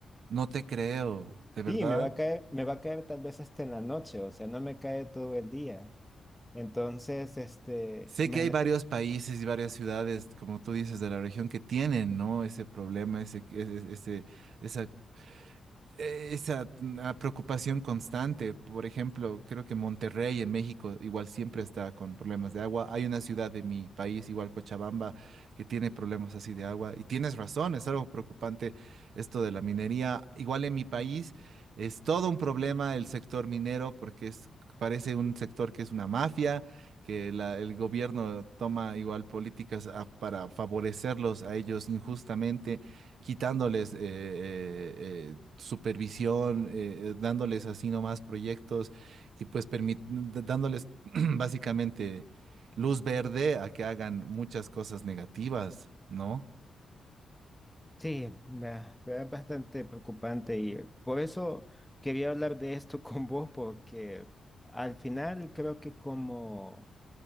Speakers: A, on the right (about 75°); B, in the centre.
A: No te creo, de verdad.
B: Sí, me va a caer, me va a caer tal vez este en la noche, o sea, no me cae todo el día. Entonces, este,
A: Sé
B: imagínate,
A: que hay varios países y varias ciudades, como tú dices, de la región que tienen, ¿no? Ese problema, ese, ese, ese- esa eh, esa mm, ah, preocupación constante. Por ejemplo, creo que Monterrey en México igual siempre está con problemas de agua. Hay una ciudad de mi país, igual Cochabamba, que tiene problemas así de agua. Y tienes razón, es algo preocupante esto de la minería. Igual en mi país es todo un problema el sector minero porque es... Parece un sector que es una mafia, que la- el gobierno toma igual políticas ah, para favorecerlos a ellos injustamente quitándoles eh, eh, eh, supervisión, eh, eh, dándoles así nomás proyectos y pues permit- d- dándoles <clears throat> básicamente luz verde a que hagan muchas cosas negativas, ¿no?
B: sí, me me es bastante preocupante y por eso quería hablar de esto <laughs> con vos, porque al final creo que como